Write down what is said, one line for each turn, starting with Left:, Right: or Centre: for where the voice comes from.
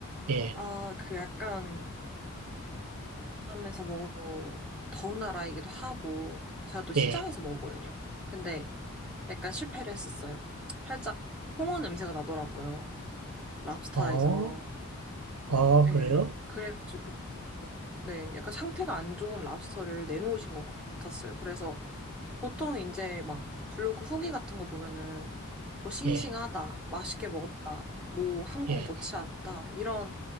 Right: 예,
Centre: 아, 그 약간 베트남에서 먹어, 더운 나라이기도 하고, 제가 또 시장에서
Right: 예,
Centre: 먹었거든요. 근데 약간 실패를 했었어요. 살짝 홍어 냄새가 나더라고요. 랍스타에서.
Right: 어, 어,
Centre: 예.
Right: 그래요?
Centre: 그래가지고, 뭐, 네, 약간 상태가 안 좋은 랍스터를 내놓으신 것 같았어요. 그래서 보통 이제 막 블로그 후기 같은 거 보면은 뭐 싱싱하다,
Right: 예,
Centre: 맛있게 먹었다, 뭐 한국
Right: 예,
Centre: 못지 않다 이런